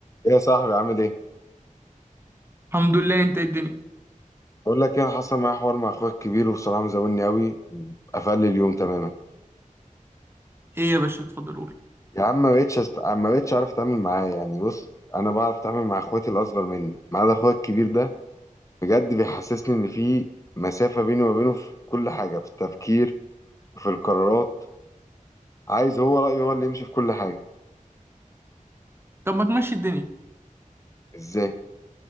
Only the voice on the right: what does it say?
الحمد لله انت ايه الدنيا
ايه يا باشا اتفضل قول
طب ما تمشي الدنيا